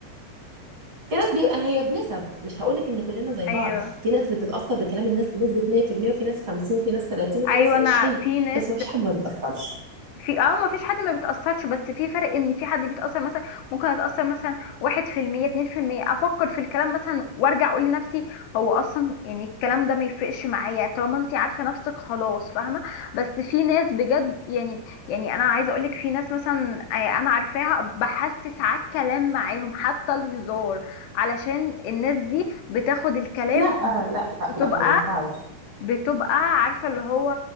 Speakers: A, on the right; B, on the left.
A: في ناس بيبقى هي بنسب، مش هاقول لِك إن كلنا زي
B: ايوه
A: بعض، في ناس بتتأثّر بكلام الناس بنسبة 100% وفي ناس 50 وفي ناس 30 وفي
B: ايوه
A: ناس 20
B: انا في ناس
A: بس ما فيش حد ما بيتأثّرش.
B: في اه ما فيش حد ما بيتأثرش بس في فرق ان في حد بيتأثر مثلا ممكن اتأثر مثلا واحد في المية اتنين في المية افكر في الكلام مثلا وارجع اقول لنفسي هو اصلا يعني الكلام ده ما يفرقش معايا طالما انت عارفة نفسك خلاص فاهمة بس في ناس بجد يعني يعني انا عايزة اقولك في ناس مثلا آه، انا عارفاها بحسس على الكلام معاهم حتى الهزار علشان الناس دي بتاخد الكلام
A: لأ، لأ، لأ،
B: بتبقى
A: لأ، ما ينفعش.
B: بتبقى عارفه اللي هو